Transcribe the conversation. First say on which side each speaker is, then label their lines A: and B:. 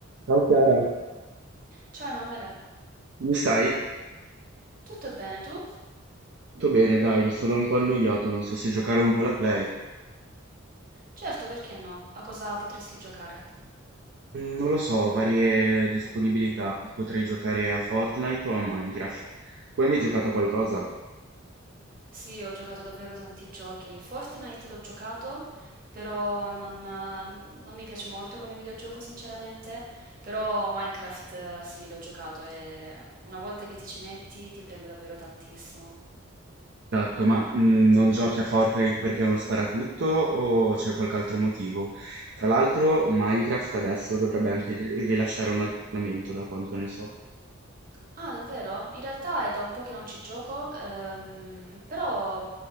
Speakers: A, on the right; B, on the right.
A: Ciao Chiara,
B: Ciao Emanuele,
A: Come stai?
B: tutto bene tu?
A: Tutto bene, dai, mi sono un po' annoiato, non so se giocare un po' alla Play.
B: Certo, perché no? A cosa potresti giocare?
A: Mm, Non lo so, varie disponibilità. Potrei giocare a Fortnite o a Minecraft. Tu hai mai giocato a qualcosa?
B: Sì, ho giocato davvero tanti giochi. Fortnite l'ho giocato, però non, non mi piace molto come videogioco, sinceramente. Però Minecraft, eh, sì, l'ho giocato e una volta che ti ci metti ti prende davvero tantissimo.
A: Esatto, ma mm, non giochi a Fortnite perché è uno sparatutto o c'è qualche altro motivo? Tra l'altro, Minecraft adesso dovrebbe anche ri- rilasciare un aggiornamento, da quanto ne so.
B: Ah, davvero? In realtà è da un po' che non ci gioco, ehm, però